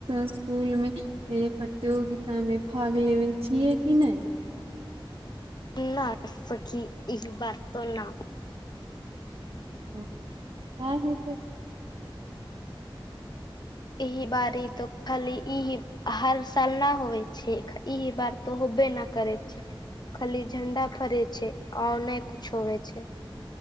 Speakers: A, on the right (about 85°); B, on the left (about 50°).
A: स्कूलमे ह प्रतियोगिता मे भाग लेबे छियै कि नहि
B: ना सखी ई बररतो ना
A: ह हँ ह छै
B: इह बारी तऽ खाली ईही हर साल नहि होइ छै ई बार तऽ होबे नहि करै छी खाली झंडा फरे छै आर नहि कुछो होे छै